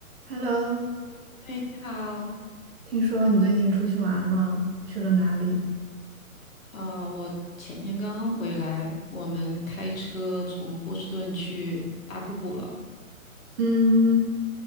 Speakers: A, on the right (about 45°); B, on the left (about 65°).
A: Hello，
B: 哎，你好，
A: 听说你最近出去玩了，去了哪里？
B: 啊、我前天刚刚回来，我们开车从波士顿去大瀑布了，
A: 嗯，